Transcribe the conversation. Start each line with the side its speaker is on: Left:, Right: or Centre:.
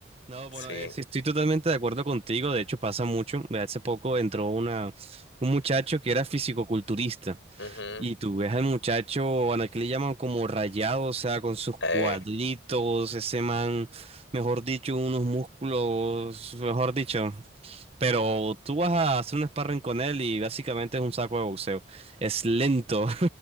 Right: No, bueno,
Left: Sí.
Right: eh, sí, estoy totalmente de acuerdo contigo. De hecho, pasa mucho. De Hace poco entró una, un muchacho que era fisicoculturista.
Left: ujú,
Right: Y tú ves al muchacho, bueno, aquí le llaman como rayado, o sea, con sus
Left: eh,
Right: cuadritos, ese man, mejor dicho, unos músculos, mejor dicho. Pero tú vas a hacer un sparring con él y básicamente es un saco de boxeo. Es lento.